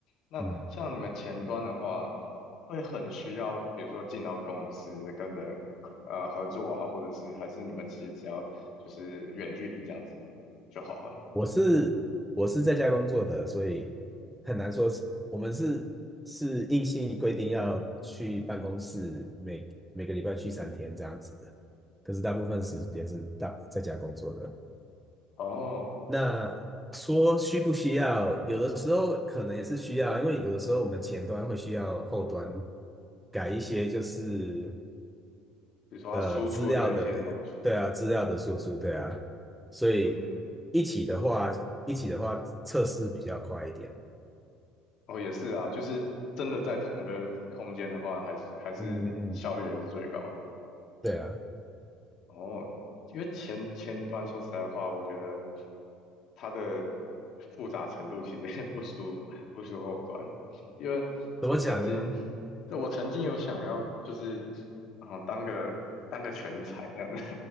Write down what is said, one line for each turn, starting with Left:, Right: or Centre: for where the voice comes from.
Left: 那像你们前端的话，
Centre: 嗯。
Left: 会很需要，比如说进到公司跟人呃合作啊，或者是还是你们其实只要就是远距离这样子就好了。
Centre: 我是我是在家工作的，所以很难说是我们是是硬性规定要去办公室每每个礼拜去三天这样子的，可是大部分时间是大在家工作的。
Left: 哦，
Centre: 那说需不需要，有的时候可能也是需要，因为有的时候我们前端会需要后端改一些就是
Left: 比如说他输出的一些东西，
Centre: 呃资料的，对啊，资料的输出，对啊，所以一起的话，
Left: 嗯嗯
Centre: 一起的话测试比较快一点。
Left: 哦，也是啊，就是真的在同个空间的话，还是还是效率还是最高的。
Centre: 嗯嗯，对啊，
Left: 哦，因为前前端说实在话，我觉得它的复杂程度其实也不输不输后端，因为我曾经，
Centre: 怎么讲呢？
Left: 对，我曾经有想要就是啊、当个当个全才这样的，